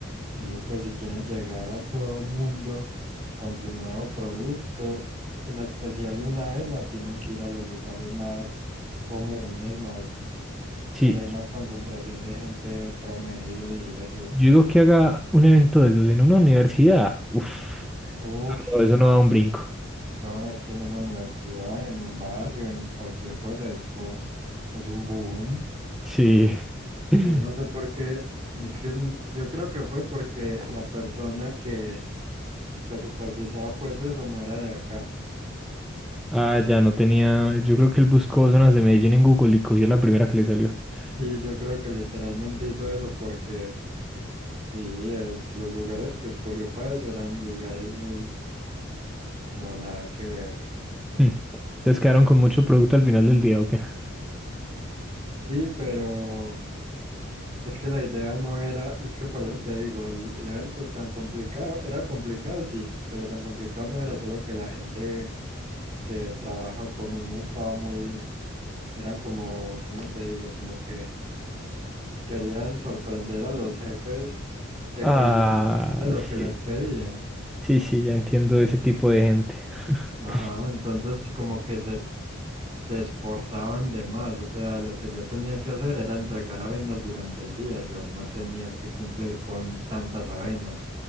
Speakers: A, on the right; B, in the centre.
A: Sí, pues si quieren llegar a todo mundo con su nuevo producto, en especial una avena, tienen que ir a los lugares más comunes, más
B: Sí,
A: donde hay más concentración de gente promedio, diría yo.
B: Yo digo que haga un evento de esos en una universidad. Uf,
A: Uf,
B: eso no, eso no da un brinco.
A: no, es que en una universidad, en un barrio, en cualquier cosa, eso es un boom.
B: Sí. <laughs>
A: Yo no sé por qué, es que n- yo creo que fue porque la persona que que supervisaba pues eso, no era de acá.
B: Ah, ya no tenía. Yo creo que él buscó zonas de Medellín en Google y cogió la primera que le salió. <laughs>
A: Sí, yo creo que literalmente hizo eso porque sí, es, los lugares que escogió para eso eran lugares muy, no, nada que ver.
B: Hmm. Entonces quedaron con mucho producto al final del día, ¿o qué?
A: Sí, pero es que la idea no era, es que por eso te digo, el, el evento tan complicado, era complicado sí, pero tan complicado no era, solo que la gente que trabaja con uno estaba muy, eran como, ¿cómo te digo? Como que Querían sorprender a los jefes exigiendo
B: Ah,
A: de lo
B: sí.
A: que les pedían.
B: Sí, sí, ya entiendo ese tipo de gente. <laughs>
A: Ajá, entonces como que se se esforzaban de más, o sea, lo que yo tenía que hacer era entregar avenas durante el día, yo no tenía que cumplir con tantas avenas.